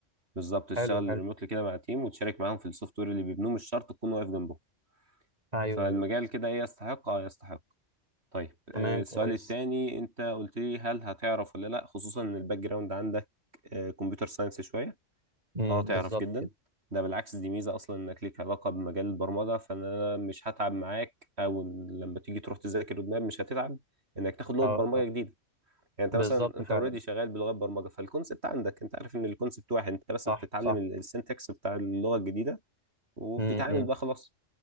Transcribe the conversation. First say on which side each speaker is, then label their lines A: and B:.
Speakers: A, on the right (about 55°); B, on the right (about 30°).
A: بالظبط تشتغل
B: حلو حلو
A: ريموتلي كده مع تيم وتشارك معاهم في السوفت وير اللي بيبنوه مش شرط تكون واقف جنبهم
B: ايوه
A: فالمجال
B: ايوه
A: كده ايه يستحق اه يستحق طيب آه،
B: تمام
A: السؤال
B: كويس
A: التاني انت قلت لي هل هتعرف ولا لا خصوصا ان الباك جراوند عندك كمبيوتر ساينس شويه
B: امم
A: اه تعرف
B: بالظبط
A: جدا
B: كده
A: ده بالعكس دي ميزه اصلا انك ليك علاقه بمجال البرمجه فانا مش هتعب معاك او لما تيجي تروح تذاكر قدام مش هتتعب انك تاخد لغه
B: اه
A: برمجه
B: آه.
A: جديده يعني انت
B: بالظبط
A: مثلا انت
B: فعلا
A: اوريدي شغال بلغات برمجه فالكونسبت عندك انت عارف ان الكونسبت واحد انت بس
B: صح
A: بتتعلم
B: صح
A: السنتكس بتاع اللغه الجديده وبتتعامل
B: امم أمم.
A: بقى خلاص